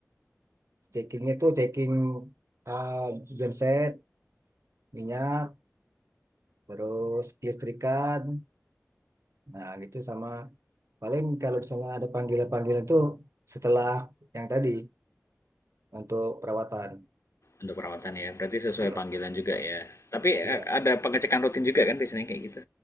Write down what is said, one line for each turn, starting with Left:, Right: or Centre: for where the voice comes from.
Right: checkingnya tuh checking uh, genset, minyak, terus kelistrikan, nah gitu sama paling kalau misalnya ada panggilan-panggilan tuh setelah yang tadi untuk perawatan.
Left: untuk perawatan ya? Berarti sesuai
Right: Iya,
Left: panggilan juga ya. Tapi
Right: iya,
Left: eh, ada pengecekan rutin juga kan biasanya kayak gitu.